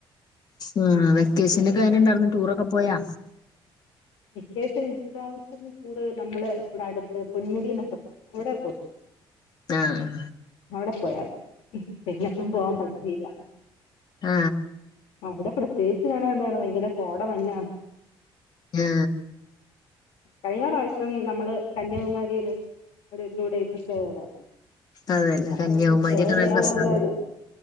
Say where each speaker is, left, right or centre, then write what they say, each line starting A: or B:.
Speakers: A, on the left (about 45°); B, on the left (about 75°).
A: ഉം വെക്കേഷനൊക്കെ എങ്ങനെ ഇണ്ടായിരുന്നു ടൂറൊക്കെ പോയാ
B: വെക്കേഷൻ ഇപ്രാവശ്യം നമ്മള് ഇവിടെ അടുത്ത് പൊന്മുടി എന്നൊക്കെ പറയും അവിടെ പോയി <inaudible>
A: ആ ആ
B: അവിടെ പോയാ പിന്നെങ്ങും പോവാൻ പറ്റിയില്ല
A: ആ
B: അവിടെ പ്രത്യേകിച്ച് കാണാൻ എന്താണ് ഭയങ്കര കോട മഞ്ഞാണ്
A: ഹാ
B: കഴിഞ്ഞ പ്രാവശ്യം നമ്മള് കന്യാകുമാരിയില് ഒരു ടു ഡേയ്സ് സ്റ്റേ ചെയ്താർന്നു
A: അതെല്ലേ
B: <unintelligible>
A: കന്യാകുമാരിയൊക്കെ നല്ല രസാണ്